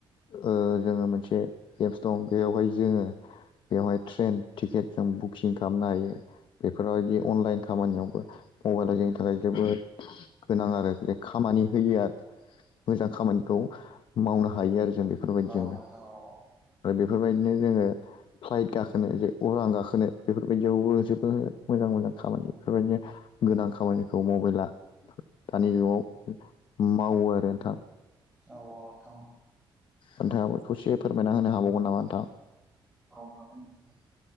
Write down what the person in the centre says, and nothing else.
औ नोंथां औ
औ औ नोंथां ओ।
औ हागोन नोंथां औ।